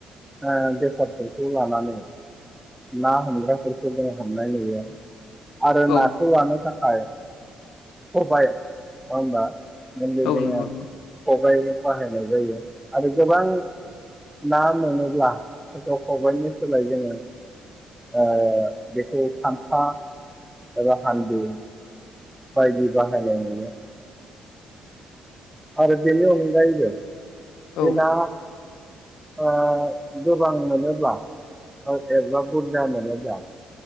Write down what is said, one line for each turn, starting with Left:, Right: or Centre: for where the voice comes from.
Centre: ओ बेसादफोरखौ लानानै ना हमग्राफोरखौ जों हमनाय नुयो। आरो
Left: औ
Centre: नाखौ लानो थाखा खाय खबाइ नंङा होनबा मैनलि
Left: औ
Centre: जोङो
Left: नंगौ नंगौ
Centre: खबाइ बाहायनाय जायो आरो गोबां ना मोनोब्ला हयथ' खबाइनि सोलाय जोङो ओ <unintelligible> थांफा एबा हालदै बायदि बाहायनाय नुयो आरो बेनि अनगायैबो
Left: औ
Centre: बे ना ओ गोबां मोनोब्ला एबा बुरजा मोनोब्ला